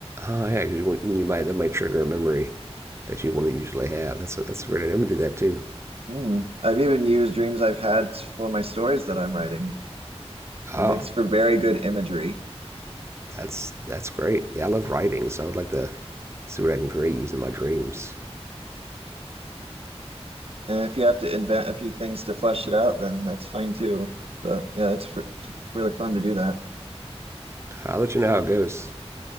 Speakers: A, on the right; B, on the right.
A: oh yeah, 'cause you want, you might that might trigger a memory that you wouldn't usually have. That's a, that's a great idea. I'm gonna do that too.
B: Mm. I've even used dreams I've had for my stories that I'm writing.
A: Oh,
B: It makes for very good imagery.
A: that's that's great. Yeah, I love writing, so I would like to see what I can create using my dreams.
B: And if you have to invent a few things to flesh it out, then that's fine too. But yeah, it's, it's really fun to do that.
A: I'll let you know how it goes.